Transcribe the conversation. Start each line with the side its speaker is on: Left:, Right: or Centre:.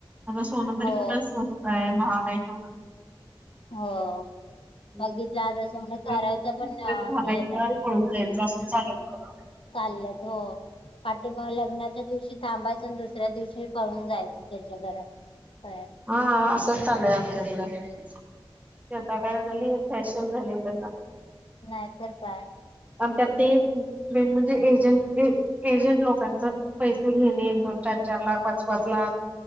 Right: अग सोनं तरी
Left: हो
Right: कुठं स्वस्त ये, महाग हाय केवढं.
Left: हो
Right: <unintelligible>
Left: बघितला आता सोनं करायचं
Right: घालायचं.
Left: पण हे नाही
Right: पळून जायायचं, असलं चालू येत प्रकार.
Left: चालल्यात, हो पाटी मग लग्नाच्या दिवशी थांबायच, अन दुसऱ्या दिवशी पळून जायचं, त्याच्या घरात <unintelligible>
Right: आं असंच, चालूय आमच्याकडं, ती आता काय झाली, फॅशन झालीय त्यांना.
Left: नाहीतर काय.
Right: आणि त्यात ते, मेन म्हणजे एजंट ने एजंट लोकांच पैसे घेणे, दोन चार-चार लाख, पाच-पाच लाख.